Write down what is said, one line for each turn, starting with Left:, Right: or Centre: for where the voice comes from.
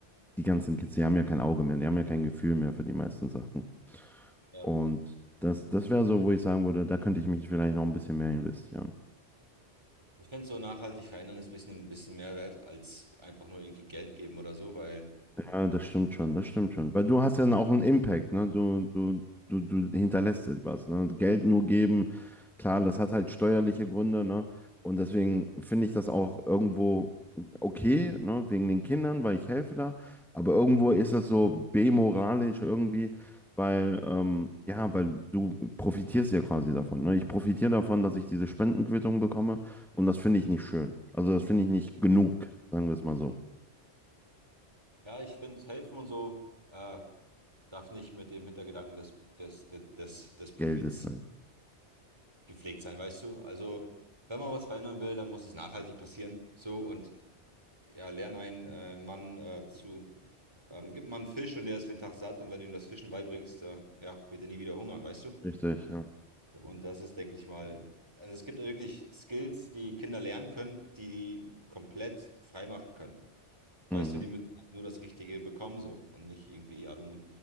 Centre: die ganzen Kids, die haben ja kein Auge mehr, die haben ja kein Gefühl mehr für die meisten Sachen.
Right: Ja,
Centre: Und
Right: richtig.
Centre: das, das wäre so, wo ich sagen würde, da könnte ich mich vielleicht noch ein bisschen mehr investieren.
Right: Ich finde so nachhaltig verändern ist ein bisschen, ein bisschen mehr wert als einfach nur irgendwie Geld geben oder so, weil
Centre: Ja, das stimmt schon, das stimmt schon. Weil du hast ja dann auch einen Impact, ne? Du, du, du, du hinterlässt etwas, ne? Und Geld nur geben, klar, das hat halt steuerliche Gründe, ne? Und deswegen finde ich das auch irgendwo okay, ne? Wegen den Kindern, weil ich helfe da. Aber irgendwo ist das so bemoralisch irgendwie, weil, ähm, ja, weil du profitierst ja quasi davon, ne? Ich profitiere davon, dass ich diese Spendenquittung bekomme und das finde ich nicht schön. Also das finde ich nicht genug, sagen wir es mal so.
Right: ja, ich finde helfen und so äh, darf nicht mit dem Hintergedanken des, des, des, des, des Profits
Centre: Geld ist halt.
Right: gepflegt sein, weißt du? Also, wenn man was verändern will, dann muss es nachhaltig passieren. So und ja, lern einen äh, Mann äh, zu, ähm, gib mal einen Fisch und der ist für den Tag satt und wenn du ihm das Fischen beibringst, äh, ja, wird er nie wieder hungern, weißt du?
Centre: Richtig, ja.
Right: Und das ist, denke ich mal, also es gibt ja wirklich Skills, die Kinder lernen können, die die komplett frei machen können. Weißt
Centre: Mhm.
Right: du, die müssen nur das Richtige bekommen so und nicht irgendwie, ja, du mu-